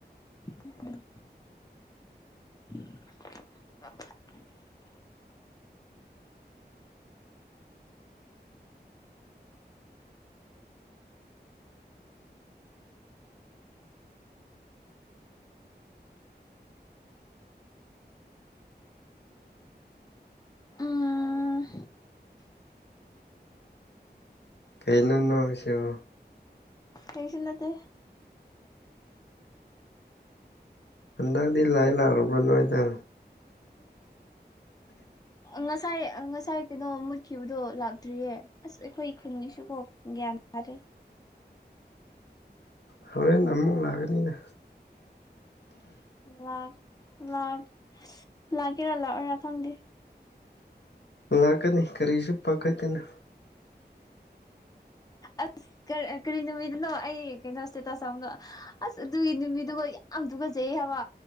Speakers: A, on the left; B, on the left.
A: <unintelligible> <unintelligible> ꯎꯝ
B: ꯀꯩꯩꯅꫭ ꯅꫭꯛꯏꯁꯤꯕꯨ
A: ꯀꯩꯁꯨ ꯅꯠꯇꯦ
B: ꯍꯟꯗꯛꯇꯗꯤ ꯂꯥꯏ ꯂꯥꯛꯔꯕ꯭ꯔꯥ ꯅꯣꯏꯗ
A: ꯉꯁꯥꯏ ꯉꯁꯥꯏ ꯀꯩꯅꯣ ꯃꯨꯠꯈꯤꯕꯗꯣ ꯂꯥꯛꯇ꯭ꯔꯤꯌꯦ ꯑꯁ ꯑꯩꯈꯣꯏ ꯈꯨꯟꯒꯤꯁꯨ ꯀꯣ ꯒ꯭ꯌꯥꯟ ꯇꯥꯗꯔꯦ
B: ꯍꯣꯔꯦꯟ ꯑꯃꯨꯛ ꯂꯥꯛꯀꯅꯤꯗ
A: ꯂꯥꯛ ꯂꯥꯛ ꯂꯥꯛꯀꯦꯔꯥ ꯂꯥꯛꯑꯣꯏꯔꯥ ꯈꯪꯗꯦ
B: ꯂꯥꯛ ꯀꯅꯤ ꯀꯔꯁꯨ ꯄꯈꯥꯠꯀꯅꯨ
A: ꯑꯁ ꯀꯔꯤ ꯅꯨꯃꯤꯠꯅꯣ ꯑꯩ ꯀꯩꯅꯣ ꯏꯇꯦ ꯇꯁ ꯊꯥꯝꯕꯗꯣ ꯑꯁ ꯑꯗꯨꯒꯤ ꯅꯨꯃꯤꯠꯗꯨꯒ ꯌꯥꯝ ꯨꯇꯨꯒꯨꯠꯖꯩ ꯍꯥꯏꯕ